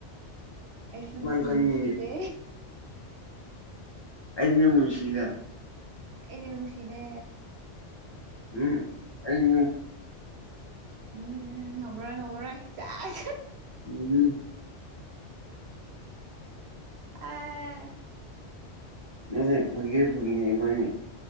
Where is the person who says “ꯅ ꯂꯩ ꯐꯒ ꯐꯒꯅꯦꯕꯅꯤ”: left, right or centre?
Left